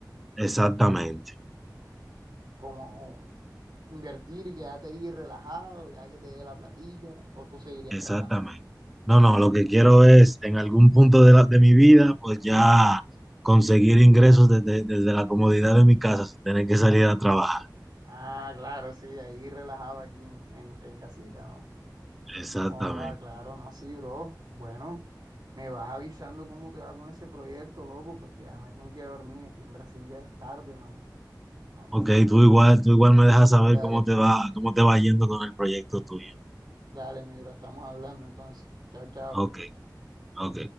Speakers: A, in the centre; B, on the right.
A: exactamente,
B: como invertir y quedarte ahí relajado, ya que te dé la platica, o tú seguirías
A: exactamente.
B: trabajando.
A: No, no, lo que quiero es en algún punto de, la- de mi vida, pues ya conseguir ingresos desde, desde la comodidad de mi casa sin tener que salir a trabajar.
B: Ah, claro, sí, ahí relajado aquí en, en- en casita, ¿no?
A: Exactamente.
B: Oh, ah, claro, no, sí, bro. Bueno, me vas avisando cómo te va con ese proyecto, loco, porque ya me tengo que dormir. Aquí en Brasil ya es tarde, mano. Entonces,
A: Ok, tú igual, tú igual me dejas saber
B: dale,
A: cómo te va, cómo te va yendo con el proyecto tuyo.
B: dale, mi bro, estamos hablando entonces. Chao, chao.
A: Ok, ok.